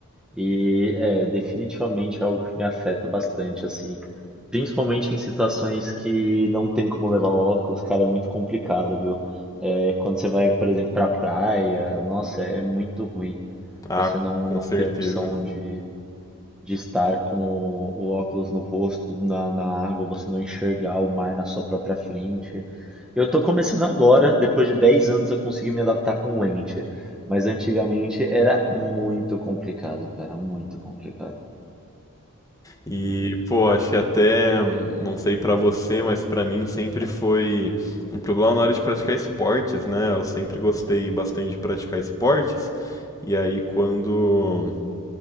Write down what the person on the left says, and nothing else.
Ah,
com
certeza.
E, pô, acho que até, não sei pra você, mas pra mim sempre foi um problema na hora de praticar esportes, né? Eu sempre gostei bastante de praticar esportes. E aí, quando